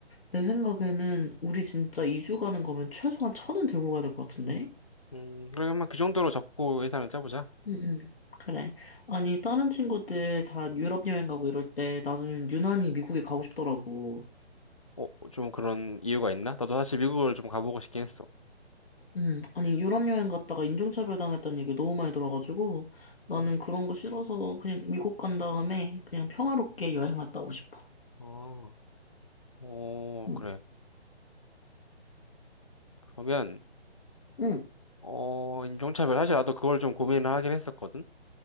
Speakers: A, on the left; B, on the left.
A: 내 생각에는 우리 진짜 2주 가는 거면 최소한 천 원 들고 가야 될 것 같은데?
B: 음, 그러면 그 정도로 잡고 예산을 짜보자.
A: 응, 응. 그래. 아니, 다른 친구들 다 유럽 여행 가고 이럴 때 나는 유난히 미국에 가고 싶더라고.
B: 어, 좀 그런 이유가 있나? 나도 사실 미국을 좀 가보고 싶긴 했어.
A: 음, 아니, 유럽 여행 갔다가 인종차별 당했다는 얘기 너무 많이 들어가지고, 나는
B: 음.
A: 그런 거 싫어서 그냥 미국 간 다음에 그냥 평화롭게 여행 갔다 오고 싶어.
B: 어, 어,
A: 응,
B: 그래. 그러면,
A: 응,
B: 어, 인종차별. 사실 나도 그걸 좀 고민을 하긴 했었거든?